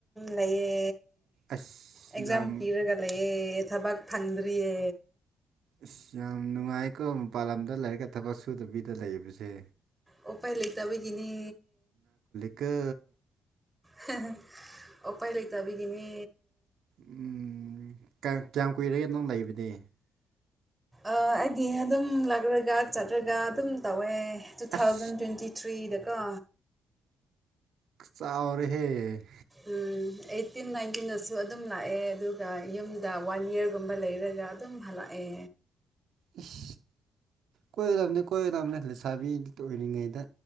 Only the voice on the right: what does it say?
ꯑꯁ
ꯌꯥꯝ
ꯑꯁ ꯌꯥꯝ ꯅꯨꯡꯉꯥꯏꯀꯣ ꯃꯄꯥꯟ ꯂꯝꯗ ꯂꯥꯏꯔꯤꯛꯀ ꯊꯕꯛ ꯁꯨꯗꯕꯤꯗ ꯂꯩꯕꯁꯦ
ꯀ
ꯎꯝ ꯀꯌꯥꯡ ꯀꯌꯥꯝ ꯀꯨꯏꯔꯒꯦ ꯅꯪ ꯂꯩꯕꯗꯤ
ꯑꯁ
ꯆꯥꯎꯔꯦꯍꯦ
ꯏꯁ ꯀꯣꯏꯒꯗꯕꯅꯦ ꯀꯣꯏꯒꯗꯕꯅꯦ ꯂꯩꯁꯥꯕꯤ ꯑꯣꯏꯔꯤꯉꯩꯗ